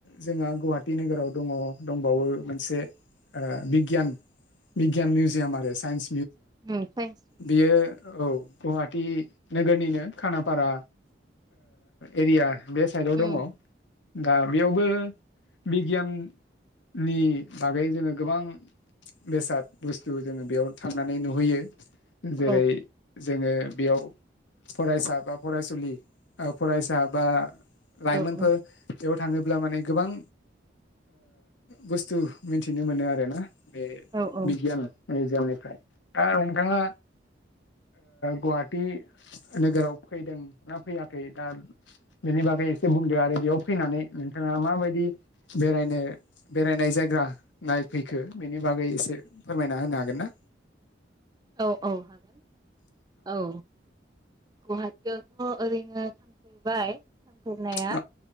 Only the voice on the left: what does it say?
जोंहा गुवाहाटिी नोगोराव दङ दंबावो मोनसे बिगियान बिगियान म्यउजियाम आरो सायनस
बियो औ गुवाहाटि नोगोरनिनो खानाफारा एरिया बे साइडआव
दङ दा बेयावबो बिगियान नि बागै जोङो गोबां बेसाद बुस्थु जोङो बेयाव थांनानै नुहैयो
जेरै जोङो बेयाव फरायसा बा फरायसुलि फरायसा बा लाायमनफोर
बेयाव थाङोब्ला माने गोबां बुस्थु मिथिनो मोनो आरो ना बे
बिगियान मिउजियामनिफ्राय दा नोंथाङा
गुवाहाटि नोगोराव फैदों ना फैयाखै दा बेनि बागै एसे बुंद आरो बेयाव फैनानै नोंथाङा माबायदि बेरायनो बेरायनाय जायग्रा नायफैखो बेनि बागै एसे फोरमायना होनो हागोन ना
औ